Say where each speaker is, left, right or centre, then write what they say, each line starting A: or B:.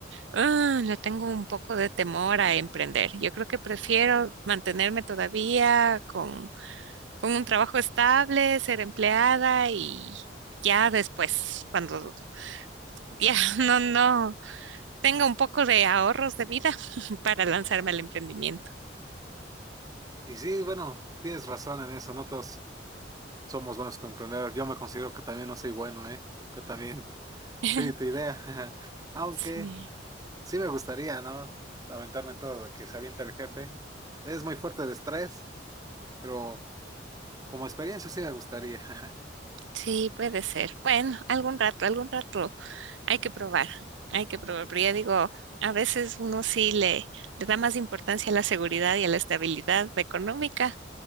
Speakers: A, on the right; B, on the right.
A: ah, le tengo un poco de temor a emprender. Yo creo que prefiero mantenerme todavía con con un trabajo estable, ser empleada y ya después, cuando ya <laughs> no, no tenga un poco de ahorros de vida <laughs> para lanzarme al emprendimiento.
B: Y sí, bueno, tienes razón en eso. Nosotros somos buenos para emprender. Yo me considero que también no soy bueno, ¿eh? Que también
A: <laughs>
B: soy de tu idea. <laughs> Aunque.
A: Sí,
B: Sí me gustaría, ¿no? Aventarme todo lo que se avienta el jefe. Es muy fuerte de estrés, pero como experiencia sí me gustaría. <laughs>
A: sí, puede ser. Bueno, algún rato, algún rato hay que probar, hay que probar. Pero ya digo, a veces uno sí le, le da más importancia a la seguridad y a la estabilidad económica